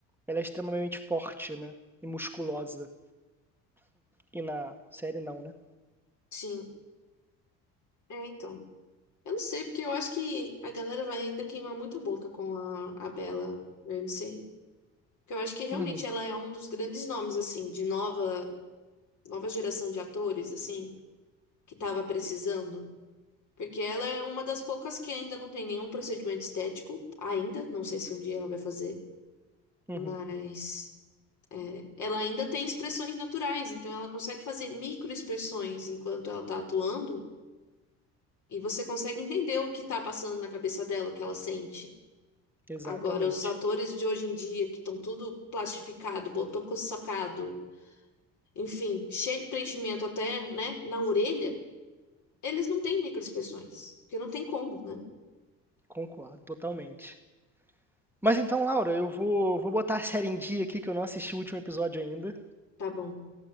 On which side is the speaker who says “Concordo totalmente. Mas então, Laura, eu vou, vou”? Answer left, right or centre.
Centre